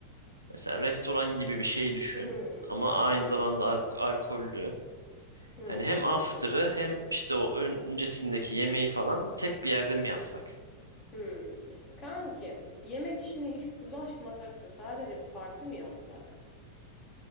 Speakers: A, on the right; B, on the left.
A: mesela restoran gibi bir şey düşün
B: Hmm,
A: ama aynı
B: tamam.
A: zamanda al- alkollü.
B: Hmm,
A: Hani hem after'ı hem işte o öncesindeki yemeği falan tek bir yerde mi yapsak?
B: hmm. Kankim, yemek işine hiç bulaşmasak da sadece parti mi yapsak?